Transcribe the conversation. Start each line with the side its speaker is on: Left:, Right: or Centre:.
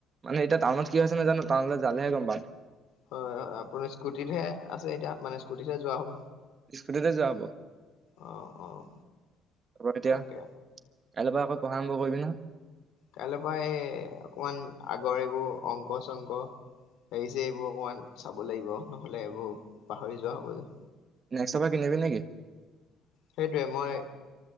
Right: মানে এতিয়া টাউনত কি হৈছে নাজানো, টাউনলৈ যালে হে গম পাম।
Left: হয়, হয়। আপুনি স্কুটিতহে আছে এতিয়া মানে স্কুটিতহে যোৱা হ'ব?
Right: স্কুটিতে যোৱা হ'ব <unintelligible>
Left: অ', অ',
Right: এতিয়া
Left: তাকে।
Right: কাইলৈৰ পৰা আকৌ পঢ়া আৰম্ভ কৰিবি নহয়?
Left: কাইলৈৰ পৰা এই, অকণমান আগৰ এইবোৰ অংক-চংক হেৰি-চেৰিবোৰ অকণমান চাব লাগিব নহ'লে এইবোৰ পাহৰি যোৱা হ'ব যে
Right: <unintelligible> কিনিবি নেকি?
Left: সেইটোৱে মই